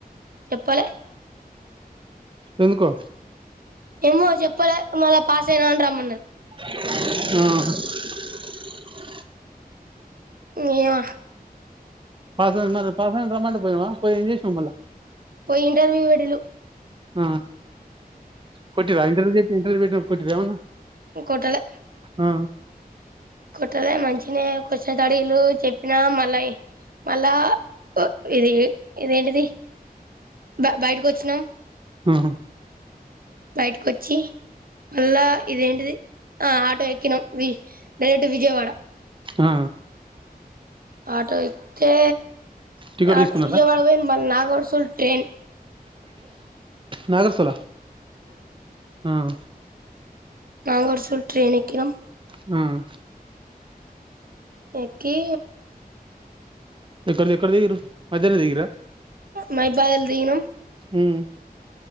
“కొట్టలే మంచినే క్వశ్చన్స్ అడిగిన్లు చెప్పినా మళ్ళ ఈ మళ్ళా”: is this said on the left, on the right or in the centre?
Right